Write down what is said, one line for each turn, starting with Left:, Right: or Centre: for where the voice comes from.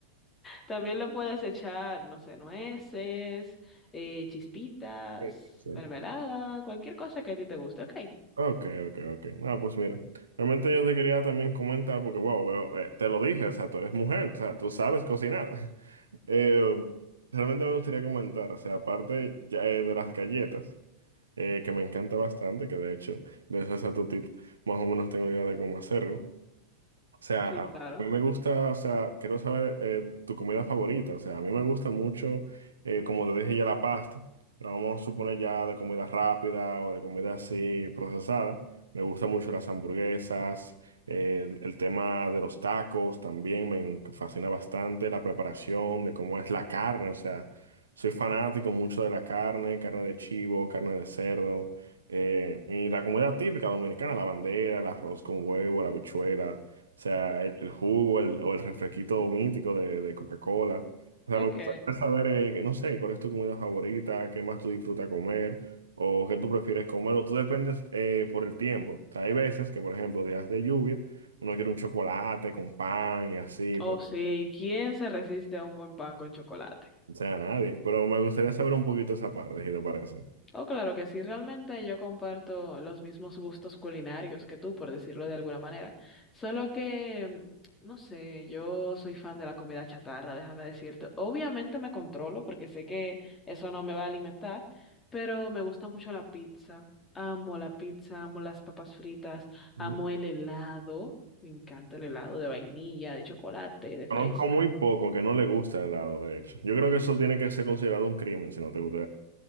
Left: También le puedes echar, no sé, nueces, eh, chispitas,
Right: realmente sí.
Left: mermelada, cualquier cosa que a ti te guste. Ok,
Right: Ok, ok, ok. Ah, pues mira. Realmente yo te quería también comentar, porque, wow, veo- eh, te lo dije, o sea, tú eres mujer, o sea, tú sabes cocinar. <laughs> Eh, realmente me gustaría comentar, o sea, aparte ya, eh, de las galletas, eh, que me encanta bastante, que de hecho, gracias a tu tip, más o menos tengo idea de cómo hacerlo. O sea,
Left: sí,
Right: a
Left: claro.
Right: mí me gusta, o sea, quiero saber eh, tu comida favorita. O sea, a mí me gusta mucho, eh, como te dije ya, la pasta. Pero vamos a suponer ya de comida rápida o de comida así procesada. Me gustan mucho las hamburguesas, eh, el, el tema de los tacos también me en- fascina bastante, la preparación de cómo es la carne. O sea, soy fanático mucho de la carne, carne de chivo, carne de cerdo. eh, y la comida típica dominicana, la bandera, el arroz con huevo, la habichuela. O sea, el, el jugo el- o el refresquito mítico de, de Coca-Cola. O sea,
Left: Ok.
Right: me gustaría saber, eh, que no sé, cuál es tu comida favorita, qué más tú disfrutas comer, o qué tú prefieres comer, o tú dependes eh, por el tiempo. O sea, hay veces que, por ejemplo, días de lluvia, uno quiere un chocolate con pan y así,
Left: O
Right: pues,
Left: sí, ¿quién se resiste a un buen pan con chocolate?
Right: o sea, nadie. Pero me gustaría saber un poquito esa parte, si te parece.
Left: Oh, claro que sí, realmente yo comparto los mismos gustos culinarios que tú, por decirlo de alguna manera. Solo que, no sé, yo soy fan de la comida chatarra, déjame decirte. Obviamente me controlo porque sé que eso no me va a alimentar, pero me gusta mucho la pizza. Amo la pizza, amo las papas fritas, amo
Right: Mm.
Left: el helado. Me encanta el helado de vainilla, de chocolate, de
Right: Conozco
Left: fresa.
Right: muy poco que no le gusta el helado, de hecho. Yo creo que eso tiene que ser considerado un crimen, si no te gusta.